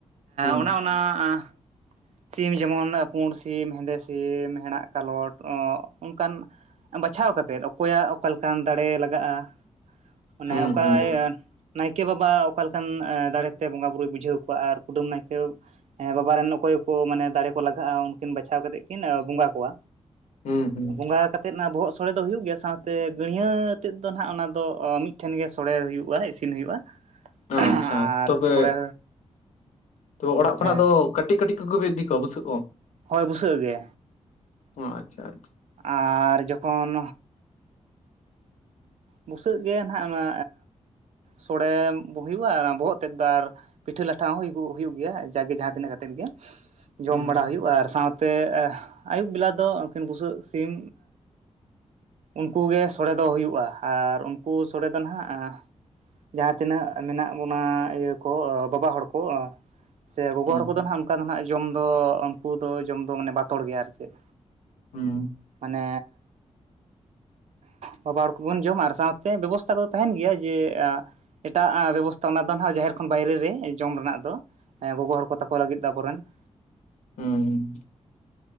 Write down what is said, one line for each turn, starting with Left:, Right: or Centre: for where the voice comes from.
Left: ᱦᱩᱸ
Right: ᱚᱱᱟ ᱚᱱᱟ ᱟ ᱥᱤᱢ ᱡᱮᱢᱚᱱ ᱯᱩᱸᱰ ᱥᱤᱢ, ᱦᱮᱸᱫᱮ ᱥᱤᱢ, ᱦᱮᱲᱟᱜ ᱠᱟᱞᱚᱴ, ᱚᱱᱠᱟᱱ ᱵᱟᱪᱷᱟᱣ ᱠᱟᱛᱮᱫ ᱚᱠᱚᱭᱟᱜ ᱚᱠᱟᱞᱮᱠᱟᱱ ᱫᱟᱲᱮ ᱞᱟᱜᱟᱜᱼᱟ ᱚᱱᱮ
Left: ᱦᱩᱸ
Right: ᱚᱠᱟᱭ
Left: ᱦᱩᱸ
Right: ᱱᱟᱭᱠᱮ ᱵᱟᱵᱟ ᱚᱠᱟ ᱞᱮᱠᱟᱱ ᱫᱟᱲᱮᱛᱮ ᱵᱚᱸᱜᱟ ᱵᱩᱨᱩᱭ ᱵᱩᱡᱷᱟᱹᱣ ᱠᱚᱣᱟ ᱟᱨ ᱠᱩᱰᱟᱹᱢ ᱱᱟᱭᱠᱮ ᱦᱮᱸ ᱵᱟᱵᱟᱨᱮᱱ ᱚᱠᱚᱭ ᱢᱟᱱᱮ ᱫᱟᱨᱮ ᱠᱚ ᱞᱟᱜᱟᱜᱼᱟ ᱩᱱᱠᱤᱱ ᱵᱟᱪᱷᱟᱣ ᱠᱟᱛᱮ ᱠᱤᱱ ᱵᱚᱸᱜᱟ ᱠᱚᱣᱟ
Left: ᱦᱩᱸ ᱦᱩᱸ
Right: ᱵᱚᱸᱜᱟ ᱠᱟᱛᱮ ᱟᱛᱮᱫ ᱚᱱᱟ ᱵᱚᱦᱚᱜ ᱥᱚᱲᱮ ᱫᱚ ᱦᱩᱭᱩᱜ ᱜᱮᱭᱟ ᱥᱟᱶᱛᱮ ᱜᱟ. ᱲᱭᱟᱹ ᱟᱛᱮᱫ ᱫᱚ ᱱᱟᱦᱟᱜ ᱚᱱᱟ ᱫᱚ ᱢᱤᱫᱴᱷᱮᱱ ᱜᱮ ᱥᱚᱲᱮ ᱦᱩᱭᱩᱜᱼᱟ ᱤᱥᱤᱱ ᱦᱩᱭᱩᱜᱼᱟ᱾ <inaudible> ᱟᱨ
Left: ᱟᱪᱪᱷᱟ ᱛᱚᱵᱮ
Right: ᱥᱚᱲᱮ
Left: ᱛᱚ ᱚᱲᱟᱜ ᱠᱷᱚᱱᱟᱜ
Right: ᱦᱮᱸ
Left: ᱫᱚ ᱠᱟᱹᱴᱤᱡ ᱠᱟᱹᱴᱤᱡ <unintelligible> ᱤᱫᱤᱠᱚ ᱵᱩᱥᱟ. ᱠᱚ
Right: ᱦᱳᱭ ᱵᱩᱥᱟᱹᱜ ᱜᱮ
Left: ᱟᱪᱪᱷᱟ ᱟᱪᱪᱷᱟ᱾
Right: ᱟᱨ ᱡᱚᱠᱷᱚᱱ ᱵᱩᱥᱟᱹᱜ ᱜᱮ ᱱᱟᱜ ᱚᱱᱟ ᱥᱚᱲᱮ ᱠᱚ ᱦᱩᱭᱩᱜᱼᱟ ᱵᱚᱦᱚᱜ ᱛᱮᱫ ᱫᱚ ᱟᱨ ᱯᱤᱴᱷᱟᱹ ᱞᱟᱴᱷᱟ ᱦᱚᱸ ᱦᱩᱭᱩᱜ ᱦᱩᱭᱩᱜ ᱜᱮᱭᱟ ᱡᱟᱜᱮ ᱡᱟᱦᱟᱸᱛᱤᱱᱟᱹᱜ ᱠᱟᱛᱮᱜ ᱜᱮ ᱡᱚᱢ
Left: ᱦᱩᱸ
Right: ᱵᱟᱲᱟ
Left: ᱦᱩᱸ
Right: ᱦᱩᱭᱩᱜᱼᱟ ᱟᱨ ᱥᱟᱶ ᱛᱮ ᱟᱹᱭᱩᱵ ᱵᱮᱞᱟ ᱫᱚ ᱩᱱᱠᱤᱱ ᱵᱩᱥᱟᱹᱜ ᱥᱤᱢ ᱩᱱᱠᱩ ᱜᱮ ᱥᱚᱲᱮ ᱫᱚ ᱦᱩᱭᱩᱜᱼᱟ ᱟᱨ ᱩᱱᱠᱩ ᱥᱚᱲᱮ ᱫᱚ ᱱᱟᱦᱟᱜ ᱡᱟᱦᱟᱸ ᱛᱤᱱᱟᱹᱜ ᱢᱮᱱᱟᱜ ᱵᱚᱱᱟ ᱤᱭᱟᱹ ᱠᱚ ᱵᱟᱵᱟ ᱦᱚᱲ ᱠᱚ᱾ ᱥᱮ ᱜᱚᱜᱚ
Left: ᱦᱩᱸ
Right: ᱦᱚᱲ ᱠᱚᱫᱚ ᱦᱟᱜ ᱚᱱᱠᱟ ᱫᱚ ᱱᱟᱦᱟᱜ ᱡᱚᱢ ᱫᱚ ᱩᱱᱠᱩ ᱫᱚ ᱡᱚᱢ ᱫᱚ ᱢᱟᱱᱮ ᱵᱟᱛᱚᱨ ᱜᱮᱭᱟ ᱟᱨ ᱪᱮᱫ᱾
Left: ᱦᱩᱸ
Right: ᱢᱟᱱᱮ ᱵᱟᱵᱟ ᱦᱚᱲ ᱠᱚ ᱵᱚᱱ ᱡᱚᱢ ᱟᱨ ᱥᱟᱶᱛᱮ ᱵᱮᱵᱚᱥᱛᱷᱟ ᱠᱚᱫᱚ ᱛᱟᱦᱮᱱ ᱜᱮᱭᱟ ᱡᱮ ᱮᱴᱟᱜ ᱵᱮᱵᱚᱥᱛᱷᱟ ᱚᱱᱟ ᱫᱚ ᱱᱟᱜ ᱡᱟᱦᱮᱨ ᱠᱷᱚᱱ ᱵᱟᱭᱨᱮ ᱨᱮ ᱡᱚᱢ ᱨᱮᱱᱟᱜ ᱫᱚ᱾ ᱦᱮᱸ ᱜᱚᱜᱚ ᱦᱚᱲ ᱠᱚ ᱛᱟᱠᱚ ᱞᱟᱹᱜᱤᱫ ᱫᱚ ᱟᱵᱚᱨᱮᱱ ᱾
Left: ᱦᱩᱸ